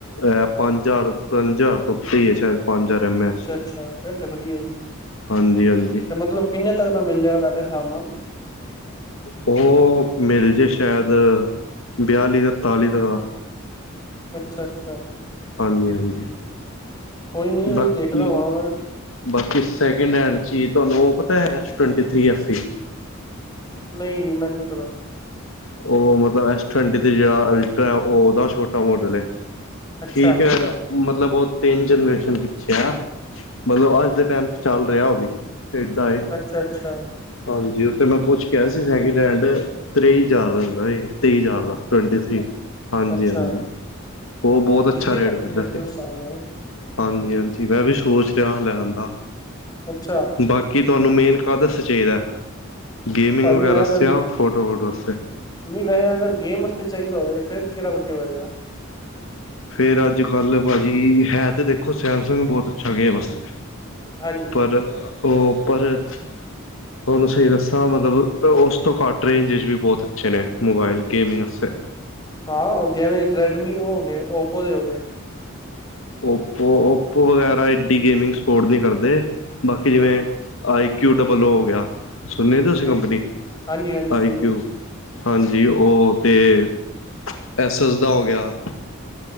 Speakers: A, on the left; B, on the left.
A: ਇਹ ਪੰਜ ਹਜ਼ਾਰ, ਪੰਜ ਹਜ਼ਾਰ ਤੋਂ ਉਤੇ ਈ ਹੈ ਸ਼ਾਇਦ ਪੰਜ ਹਜ਼ਾਰ। ਐਮ ਐਚ
B: ਅੱਛਾ ਅੱਛਾ, ਫੇਰ ਤੇ ਵਧੀਆ ਜੀ।
A: ਹਾਂਜੀ ਹਾਂਜੀ।
B: ਤੇ ਮਤਲਬ ਕਿੰਨੇ ਤੱਕ ਦਾ ਮਿਲ ਜਾਏਗਾ ਤੁਹਾਡੇ ਹਿਸਾਬ ਨਾਲ
A: ਉਹ ਮਿਲ ਜੇ ਸੈ਼ਦ ਬਿਆਲੀ ਤਰਤਾਲੀ ਤੱਕ ਦਾ
B: ਅੱਛਾ ਅੱਛਾ।
A: ਹਾਂਜੀ ਹਾਂਜੀ,
B: ਕੋਈ ਨੀ ਉਹੀ
A: ਬਾਕੀ
B: ਦੇਖਦਾ ਵਾਂ ਮੈਂ,
A: ਬਾਕੀ ਸੈਕਿੰਡ ਹੈਂਡ ਚੀਜ਼ ਤੁਹਾਨੂੰ ਉਹ ਪਤਾ ਐ S twenty three F E.
B: ਨਈਂ ਮੈਨੂੰ ਨੀਂ ਪਤਾ
A: ਉਹ ਮਤਲਬ ਐਸ ਟਵਟੀ ਜਿਹੜਾ ਅਲਟਰਾ ਉਹਦਾ ਛੋਟਾ ਮਾਡਲ ਐ।
B: ਅੱਛਾ।
A: ਠੀਕ ਐ, ਮਤਲਬ ਉਹ ਤਿੰਨ ਜਨਰੇਸ਼ਨ ਪਿੱਛੇ ਆ। ਮਤਲਬ ਅੱਜ ਦੇ ਟਾਈਮ ਚ ਚੱਲ ਰਿਹਾ ਉਹ ਵੀ, ਇਦਾਂ ਏ।
B: ਅੱਛਾ-ਅੱਛਾ,
A: ਹਾਂਜੀ, ਉਹ ਤੇ ਮੈਂ ਪੁੱਛ ਕਿਹਾ ਸੀ ਸੈਕਿੰਡ ਹੈਂਡ ਤਰੇਈ <unintelligible> ਸੀ। ਤੇਈ ਹਜ਼ਾਰ ਦਾ ਟਵੰਟੀ ਥ੍ਰੀ, ਹਾਂਜੀ
B: ਅੱਛਾ,
A: ਹਾਂਜੀ। ਉਹ ਬਹੁਤ
B: ਠੀਕ
A: ਅੱਛਾ
B: ਹੈ
A: ਰੇਟ
B: ਭਾਜੀ
A: ਕਰਦਾ
B: ਫੇਰ ਤੇ
A: ਸੀ
B: ਉਸ ਹਿਸਾਬ ਨਾਲ,
A: ਹਾਂਜੀ ਹਾਂਜੀ। ਮੈਂ ਵੀ ਸੋਚ ਰਿਹਾ ਲੈਣ ਦਾ
B: ਅੱਛਾ।
A: ਬਾਕੀ ਤੁਹਾਨੂੰ ਮੇਨ ਕਾਦੇ ਵਾਸਤੇ ਚਾਈਦਾ ਗੇਮਿੰਗ
B: ਭਾਜੀ
A: ਵਗੈਰਾਸਤੇ
B: ਮੈਂ ਤਾਂ
A: ਜਾਂ ਫੋਟੋ ਫੋਟੋਸਤੇ
B: ਨਹੀਂ ਵੈਸੇ ਅਗਰ ਗੇਮ ਵਾਸਤੇ ਚਾਈਦਾ ਹੋਵੇ ਫਿਰ ਕਿਹੜਾ ਵਧੀਆ ਹੋਏਗਾ।
A: ਫੇਰ ਅੱਜ ਕੱਲ੍ਹ ਪਾ ਜੀ ਹੈ ਤਾਂ ਦੇਖੋ, ਸੈਮਸੰਗ ਬਹੁਤ ਅੱਛਾ ਗੇਮ ਵਾਸਤੇ।
B: ਹਾਂਜੀ।
A: <unintelligible> ਉਹ ਪਰ ਤੁਹਾਨੂੰ ਸਹੀ ਦੱਸਾਂ ਮਤਲਬ ਉਸ ਤੋਂ ਘੱਟ ਰੇਂਜ ਚ ਵੀ ਬਹੁਤ ਅੱਛੇ ਨੇਂ, ਮੋਬਾਇਲ ਗੇਮਿੰਗ ਆਸਤੇ।
B: ਹਾਂ, ਜਿਵੇਂ ਰੈਡਮੀ ਹੋ ਗਏ, ਓਪੋ ਦੇ ਹੋ ਗਏ।
A: ਓਪੋ ਓਪੋ ਵਗੈਰਾ ਐ ਏਡੀ ਗੇਮਿੰਗ ਸਪੋਰਟ ਨਈਂ ਕਰਦੇ, ਬਾਕੀ ਜਿਵੇਂ
B: ਹੂੰ
A: ਆਈ ਕਿਊ ਡਬਲ ਓ ਹੋ ਗਿਆ ਸੁਣੇ ਤੁਂਸੀ ਕੰਪਨੀ
B: ਅੱ- ਹਾਂਜੀ ਹਾਂਜੀ ਸੁਣੋ
A: ਆਈਕਊ ਹਾਂਜੀ, ਉਹ ਅਤੇ ਐੱਸ ਐੱਸ ਦਾ ਹੋ ਗਿਆ।